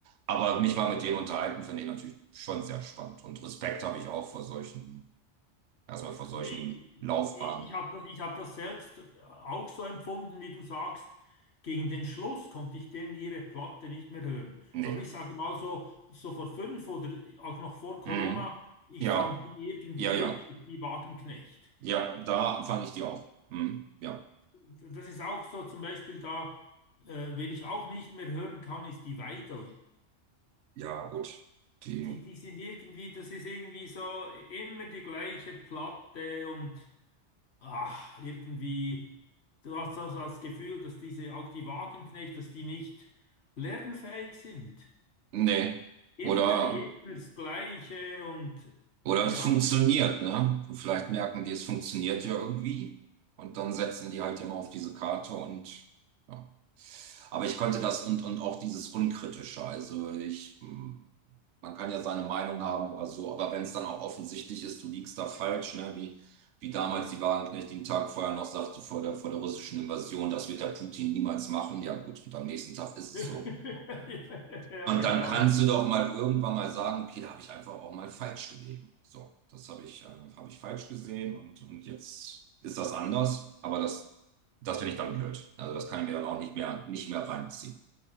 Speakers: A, on the right (about 80°); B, on the left (about 60°).
A: Aber mich mal mit denen unterhalten, finde ich natürlich schon sehr spannend. Und Respekt habe ich auch vor solchen, erstmal vor solchen
B: Also ich,
A: Laufbahnen.
B: ich habe das, ich hab das selbst auch so empfunden, wie du sagst. Gegen den Schluss konnte ich denn ihre Platte nicht mehr hören.
A: Nee.
B: Aber ich sage mal so, so vor fünf oder auch noch vor Corona,
A: Mhm.
B: ich
A: Ja,
B: fand die irgendwie
A: ja, ja.
B: witzig, die Wagenknecht.
A: Ja, da fand ich die auch. Mhm. Ja.
B: Das ist auch so zum Beispiel da, äh, wen ich auch nicht mehr hören kann, ist die Weidel.
A: Ja, gut. Die.
B: Die, die sind irgendwie, das ist irgendwie so immer die gleiche Platte und ach, irgendwie, du hast also das Gefühl, dass diese, auch die Wagenknecht, dass die nicht lernfähig sind.
A: Nee.
B: Immer,
A: Oder.
B: immer das Gleiche und
A: Oder
B: ja.
A: es funktioniert, ne? Vielleicht merken die, es funktioniert ja irgendwie. Und dann setzen die halt immer auf diese Karte und ja. Aber ich konnte das und, und auch dieses Unkritische. Also ich, hm, man kann ja seine Meinung haben oder so, aber wenn es dann auch offensichtlich ist, du liegst da falsch, ne? Wie, wie damals die Wagenknecht den Tag vorher noch sagte vor der, vor der russischen Invasion, das wird der Putin niemals machen. Ja gut, und am nächsten Tag ist
B: <laughs>
A: es so.
B: Ja,
A: Und
B: genau.
A: dann kannst du doch mal irgendwann mal sagen, okay, da habe ich einfach auch mal falsch gelegen. So, das habe ich, äh, habe ich falsch gesehen und, und jetzt ist das anders. Aber das, das finde ich dann blöd. Also das kann ich mir dann auch nicht mehr, nicht mehr reinziehen.